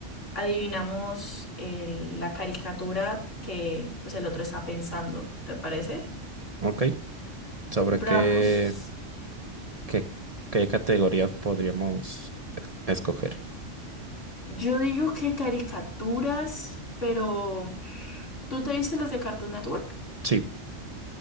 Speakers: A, on the left (about 70°); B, on the right (about 30°).
A: adivinamos eh, la caricatura que pues el otro está pensando, ¿te parece?
B: ok. ¿Sobre
A: Pero
B: qué,
A: vamos,
B: qué, qué categorías podríamos escoger?
A: yo digo que caricaturas, pero ¿tú te viste las de Cartoon Network?
B: Sí.